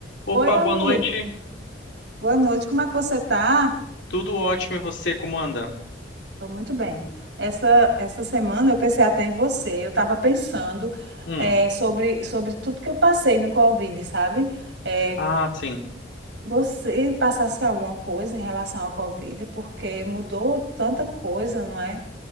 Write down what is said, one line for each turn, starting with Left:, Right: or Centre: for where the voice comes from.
Left: Opa,
Right: Oi, amiga.
Left: boa noite.
Right: Boa noite. Como é que você tá?
Left: Tudo ótimo e você, como anda?
Right: Tô muito bem. Essa, essa semana eu pensei até em você. Eu estava pensando
Left: Hum.
Right: eh, sobre, sobre tudo que eu passei no Covid, sabe? Eh,
Left: Ah, sim.
Right: você passasse com alguma coisa em relação ao Covid, porque mudou tanta coisa, não é?